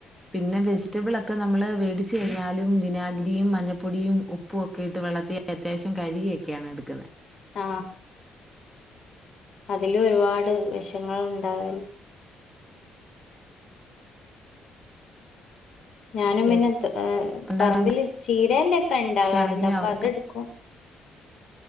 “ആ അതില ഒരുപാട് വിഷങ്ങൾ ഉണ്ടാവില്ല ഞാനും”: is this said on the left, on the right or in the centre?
Left